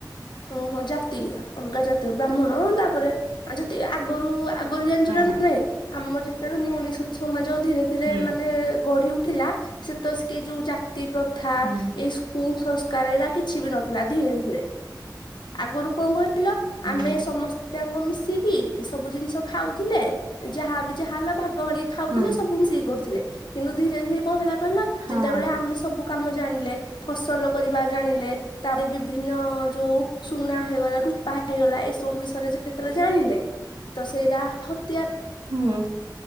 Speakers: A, on the left; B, on the right.
A: ଓହୋ ଜାତି ଅଲଗା ଜାତିର ବ୍ରାହ୍ମଣ ତାପରେ ଆ ଯେତିକି ଆଗୁରୁ ଆଗୁରୁ ଜାଣିଚ
B: ହଁ
A: ନା ନାଇଁ ଆମର ଯେତେବେଳେ ମଣିଷ ସମାଜ ଧୀରେ ଧୀରେ
B: ହୁଁ
A: ମାନେ ଗଢି ଉଠିଲା ସେ <unintelligible> ଯୋଉ ଜାତି ପ୍ରଥା
B: ହୁଁ
A: ଏଇ କୁସଂସ୍ କାର କିଛି ବି ନଥିଲା ଧୀରେ ଧୀରେ ଆଗରୁ କଣ କହିଲ ଆମେ
B: ହୁଁ
A: ସମସ୍ ସ୍ତେ ଆକ ମିଶିକି ସବୁ ଜିନିଷ ଖାଉଥିଲେ ଯାହାବି ଯାହା ହେଲା ଭାଗ୍ ଗ କରି ଖାଉଥିଲେ
B: ହୁଁ
A: ସବୁ ମିଶି କରୁଥିଲେ କିନ୍ତୁ ଧୀରେ ଧୀରେ କଣ ହେଲା କହିଲ
B: ହଁ
A: ଯେତେବେଳେ ଆମେ ସବୁ କାମ ଜାଣିଲେ ଫସଲ କରିବା ଜାଣିଲେ ତାପରେ ବିଭିନ୍ନ ଯୋଉ ସୁନା ହେଇଗଲା ରୂପା ହେଇଗଲା ଏସବୁ ବିଷୟରେ ଯେତେବେଳେ ଜାଣିଲେ ତ ସେଇଟା ହତ୍ୟାର୍।
B: ହୁଁ।